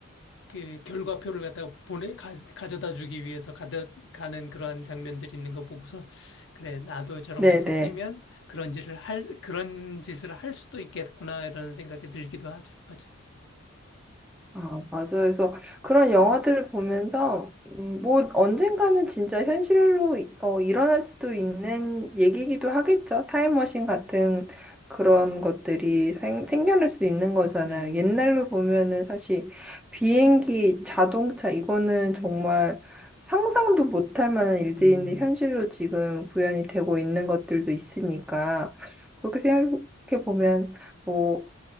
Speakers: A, on the left; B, in the centre.
A: 그 결과표를 갖다가 보내 가, 져다 주기 위해서 가다, 가는 그러한 장면들이 있는 거 보고서 그래 나도 저런
B: 네네.
A: 게 생기면 그런 짓을 할 그런 짓을 할 수도 있겠구나 이런 생각이 들기도 하죠. 맞아.
B: 아, 맞아요. 그래서 그런 영화들을 보면서, 음, 뭐, 언젠가는 진짜 현실로 이- 어, 일어날 수도 있는 얘기기도 하겠죠. 타임머신 같은 그런 것들이 생, 생겨날 수도 있는 거잖아요.
A: 음.
B: 옛날로 보면은 사실 비행기, 자동차, 이거는 정말 상상도 못할 만한 일들인데
A: 음.
B: 현실로 지금 구현이 되고 있는 것들도 있으니까, 그렇게 생각해 보면, 뭐,